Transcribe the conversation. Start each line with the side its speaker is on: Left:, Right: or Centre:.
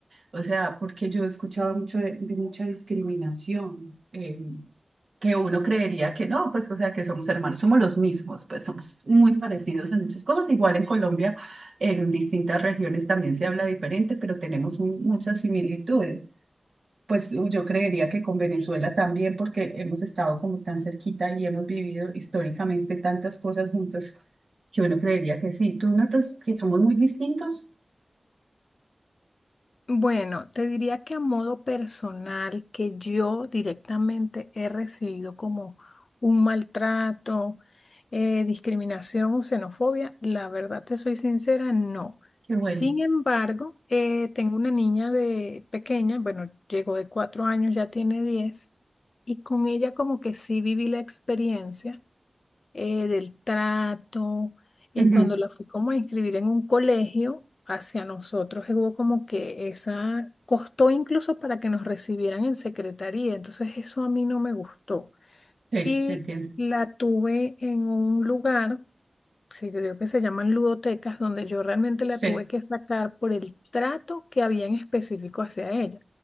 Right: o sea, porque yo he escuchado mucho de, de mucha discriminación, eh, que uno creería que no, pues, o sea, que somos hermanos, somos los mismos, pues somos muy parecidos en muchas cosas, igual en Colombia, en distintas regiones también se habla diferente, pero tenemos mu- muchas similitudes. Pues u- yo creería que con Venezuela también, porque hemos estado como tan cerquita y hemos vivido históricamente tantas cosas juntos, que uno creería que sí. Tú notas que somos muy distintos,
Left: Bueno, te diría que a modo personal, que yo directamente he recibido como un maltrato, eh, discriminación o xenofobia, la verdad te soy sincera, no.
Right: qué bueno.
Left: Sin embargo, eh, tengo una niña de pequeña, bueno, llegó de cuatro años, ya tiene diez, y con ella como que sí viví la experiencia eh, del trato. eh,
Right: Ujú,
Left: cuando la fui como a inscribir en un colegio, hacia nosotros hubo como que esa, costó incluso para que nos recibieran en secretaría, entonces eso a mí no me gustó.
Right: Sí,
Left: Y
Right: te entiendo.
Left: la tuve en un lugar, sí, creo que se llaman ludotecas, donde yo realmente la
Right: Sí.
Left: tuve que sacar por el trato que había en específico hacia ella.